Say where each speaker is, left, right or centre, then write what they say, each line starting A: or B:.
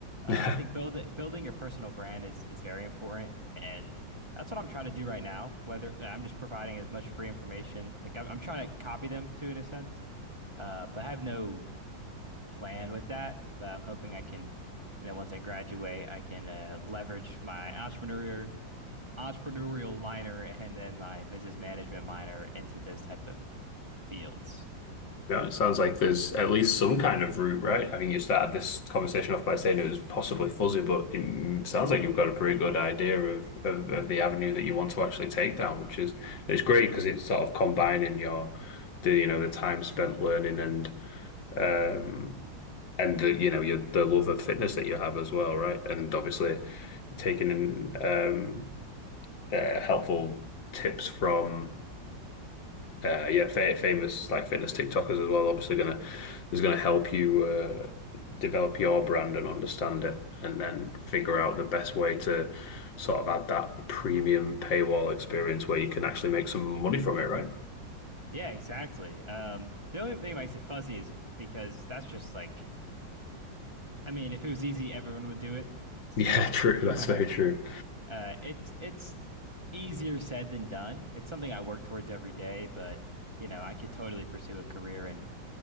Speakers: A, on the right; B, on the left.
A: Uh,
B: <laughs>
A: I think build, building your personal brand is is very important, and that's what I'm trying to do right now. Whether I'm just providing as much free information, like I'm, I'm trying to copy them to in a sense, uh, but I have no plan with that, but I'm hoping I can, you know, once I graduate, I can uh, leverage my entrepreneur entrepreneurial minor and then my business management minor into those type of fields.
B: Yeah, it sounds like there's at least some kind of route, right? I mean, you started this conversation off by saying it was possibly fuzzy, but it mm, sounds like you've got a pretty good idea of, of, of the avenue that you want to actually take down, which is it's great because it's sort of combining your the you know the time spent learning and um and the you know your the love of fitness that you have as well, right? And obviously you're taking in um uh, helpful tips from uh, yeah, fa famous like fitness TikTokers as well. Obviously, gonna is gonna help you uh, develop your brand and understand it, and then figure out the best way to sort of add that premium paywall experience where you can actually make some money from it, right?
A: Yeah, exactly. Um, the only thing that makes it fuzzy is because that's just like, I mean, if it was easy, everyone would do it. So,
B: Yeah, <laughs> true.
A: <laughs>
B: That's
A: uh,
B: very true.
A: it's it's easier said than done. It's something I work towards every day, but you know, I could totally pursue a career in.